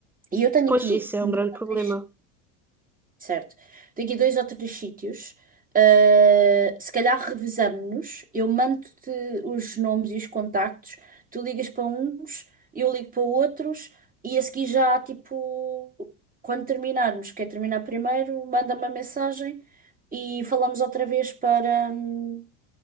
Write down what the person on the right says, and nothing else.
E eu tenho
aqui
dois
ou
três, sí- certo? Tenho aqui dois ou três sítios. Uh, se calhar revezamos-nos. Eu mando-te os nomes e os contactos. Tu ligas para uns, eu ligo para outros. E a seguir já, tipo, quando terminarmos, quer terminar primeiro, manda-me uma mensagem e falamos outra vez para, hum,